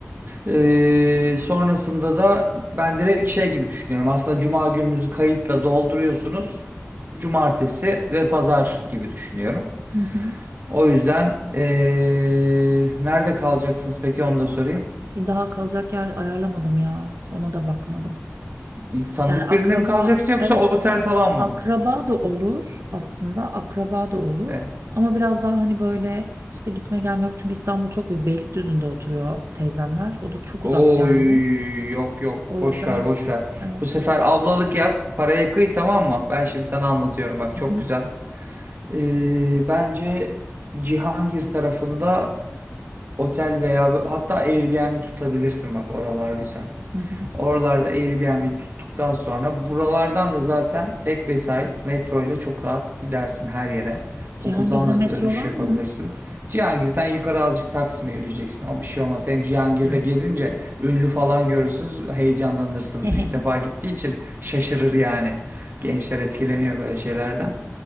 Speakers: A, on the right (about 50°); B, on the right (about 75°).
A: Ee, sonrasında da ben direkt şey gibi düşünüyorum. Aslında cuma gününüzü kayıtla dolduruyorsunuz. Cumartesi ve pazar gibi düşünüyorum.
B: Hı hı.
A: O yüzden ee, nerede kalacaksınız peki onu da sorayım.
B: Daha kalacak yer ayarlamadım ya. Ona da bakmadım.
A: Bir Tanıdık
B: Yani akraba
A: birinde mi kalacaksın yoksa
B: evet
A: otel falan
B: akraba
A: mı?
B: da olur aslında akraba da olur.
A: İşte
B: Ama biraz daha hani böyle işte gitme gelme çünkü İstanbul çok büyük. Beylikdüzü'nde oturuyor teyzemler. O da çok
A: Oy
B: uzak yani.
A: yok yok
B: O
A: boş
B: yüzden
A: ver boş ver.
B: evet.
A: Bu sefer ablalık yap paraya kıy tamam mı? Ben şimdi sana anlatıyorum bak çok
B: Hı hı.
A: güzel. Ee, bence Cihangir tarafında otel veya bö- hatta Airbnb tutabilirsin bak oralar güzel.
B: Hı hı.
A: Oralarda Airbnb tuttuktan sonra buralardan da zaten tek vesait metro ile çok rahat gidersin her yere.
B: Cihangir'de
A: Okuldan da
B: metro
A: dönüş
B: var
A: yapabilirsin.
B: mı?
A: Cihangir'den yukarı azıcık Taksim'e yürüyeceksin. O bir şey olmaz. Hem Cihangir'de
B: Hı.
A: gezince ünlü falan görürsünüz, heyecanlanırsınız.
B: <laughs>
A: İlk defa gittiği için şaşırır yani. Gençler etkileniyor böyle şeylerden.